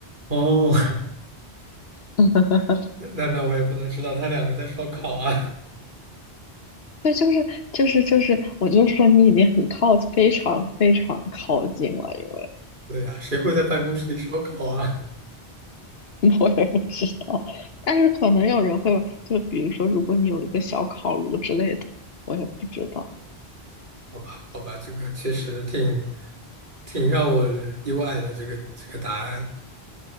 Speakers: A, on the right; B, on the left.
A: 哦，
B: <laughs>
A: <laughs> 那那那我也不能知道他两个在烧烤啊。
B: 对，就是就是就是，我就说你已经很靠，非常非常靠近了，因为
A: <laughs> 对呀，谁会在办公室里烧烤啊？
B: <laughs> 我也不知道，但是可能有人会，就比如说，如果你有一个小烤炉之类的，我也不知道。
A: <laughs> 好吧，好吧，这个确实挺挺让我意外的，这个这个答案。